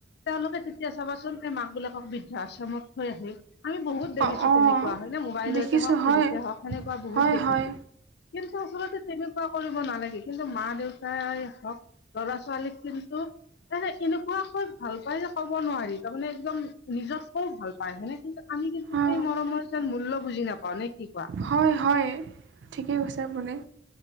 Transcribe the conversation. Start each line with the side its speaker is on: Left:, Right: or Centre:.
Left: তেওঁলোকে, তেতিয়া চাব <unintelligible> মাক বিলাকো বৃদ্ধা আশ্ৰমত থৈ আহি আমি বহুত দেখিছো
Right: অ অ
Left: তেনেকুৱা হয় নে মোবাইলতে
Right: দেখিছোঁ
Left: হওক,
Right: হয়
Left: টিভিতে হওক সেনেকুৱা বহুত
Right: হয়
Left: দেখিছো।
Right: হয়
Left: কিন্তু ওচৰতে তেনেকুৱা কৰিব নালাগে। কিন্তু মা-দেউতাই হওক ল'ৰা-ছোৱালীক কিন্তু তাৰে এনেকুৱাকৈ ভাল পাইে ক'ব নোৱাৰি তাৰমানে একদম নিজককও ভাল পায় হেনে কিন্তু আমি কিন্তু
Right: অঁ
Left: সেই মৰমৰ যেন মূল্য বুজি নাপাও নে কি কোৱা?
Right: হয়, হয় ঠিকেই কৈছে আপুনি